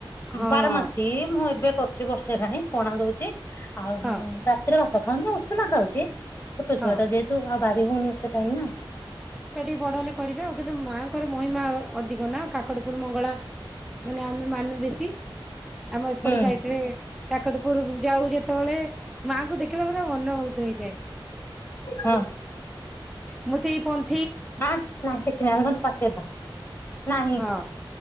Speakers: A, in the centre; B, on the left (about 25°).
A: ହଁ
B: ବାରମାସି ମୁଁ ଏବେ କରୁଛି ବର୍ଷେ ହେଲାଣି ପଣା ଦଉଚି। ଆଉ ହୁଁ
A: ହଁ
B: ରାତିର ସଖାଳୁ ମୁଁ ଉସୁନା ଖାଉଛି। ଛୋଟ ଛୁଆଟା
A: ହଁ।
B: ଯେ ଆଉ ବାାରି ହଉନି ଏତେ ଟାଇମ୍ ନା
A: ଛୁଆ ଟିକେ ବଡ ହେଲେ କରିବେ ଆଉ କିନ୍ତୁ ମାଆଙ୍କର ମହିମା ଅଧିକ ନା। କାକଟପୁର ମଙ୍ଗଳା ମାନେ ଆମେ ମାନୁ ବେଶୀ ଆମ
B: ନା
A: ଏପଟେ
B: ହୁଁ
A: ସାଇଟରେ କାକଟ ପୂର୍ବ ଯାଉ ଯେତେବେଳେ ମାଙ୍କୁୁ ଦେଖିଲା ପରେ ମନମୁଗ୍ଧ ହେଇଯାଏ।
B: ହଁ
A: ମୁଁ ସେଇ ପନ୍
B: ମା ନାଇ ଟିକେ ଆଣ ମା ପାତେରବା ନାହିଁ
A: ହଁ